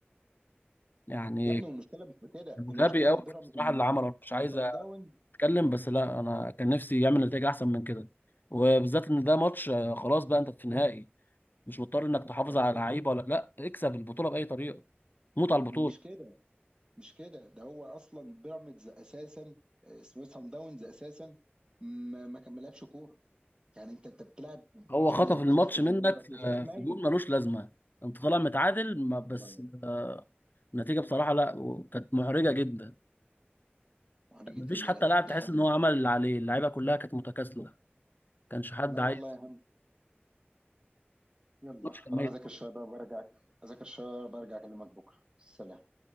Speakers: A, on the left; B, on the right.
A: يعني
B: يا ابني والمشكلة مش بكده
A: كان
B: المشكلة
A: غبي قوي
B: إن بيراميدز
A: بصراحة
B: إن
A: اللي عمله مش عايز
B: إن سان داونز
A: اتكلم بس لا انا كان نفسي يعمل نتيجة احسن من كده وبالذات ان ده ماتش آه، خلاص بقى انت في النهائي مش مضطر انك تحافظ
B: يا باشا
A: على لعيبة ولا لا اكسب البطولة بأي طريقة موت على البطولة
B: ومش كده مش كده ده هو أصلا بيراميدز أساسا آه، اسمه إيه؟ سان داونز أساسا ما ما كان- ما لعبش كورة يعني أنت أنت بتلعب
A: هو
B: فريق
A: خطف الماتش
B: في وسط
A: منك
B: جمهورك
A: في
B: وفريق ميت
A: في جول ملوش لازمه انت طالع متعادل ما- بس
B: والله يا جدع.
A: آه، النتيجه بصراحه لا كانت محرجه جدا
B: وهنيجي
A: مفيش
B: مين
A: حتى
B: يا جدع
A: لاعب
B: ده
A: تحس
B: هم
A: ان هو عمل اللي عليه اللعيبه كلها كانت متكاسله ما كانش حد
B: لا
A: عايز
B: والله يلا
A: الماتش كان
B: روح
A: ميت
B: اذاكر شويه بقى وارجع اذاكر شويه برجع اكلمك بكره سلام